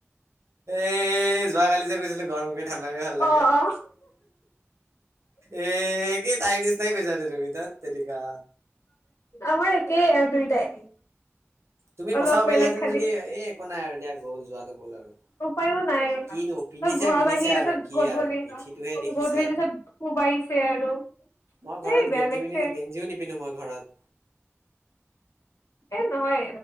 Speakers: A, on the right (about 80°); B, on the left (about 80°).
A: এই যোৱাকালি যে গৈছিলো গৰমকে ঠাণ্ডাকে ভাল লাগে।
B: অ অ
A: এই একেই তাইৰ নিচিনাকে কৈছা তুমি ধেইত তেৰিকা।
B: আমাৰ একেই আৰু দুইটাই।
A: তুমি
B: অলপ
A: বচাব পাৰিলাহেতেন
B: বেলেগ খালি
A: যদি এ একো নাই আৰু দিয়া গ'ল যোৱাটো গ'ল আৰু।
B: উপায়ো নাই
A: এ কিনো পিন্ধিছে
B: ত' ঘৰত
A: পিন্ধিছে
B: আহি
A: আৰু
B: তাৰ পিছত
A: কি
B: গধূলি
A: আৰু পিঠিটোহে
B: গধূলি
A: দেখিছে।
B: তাৰপিছত কোবাইছে আৰু।
A: মই ঘৰত
B: এই বেয়া
A: গেঞ্জি
B: লাগিছে
A: পি গেঞ্জীও নিপিন্ধো মই ঘৰত।
B: এ নহয়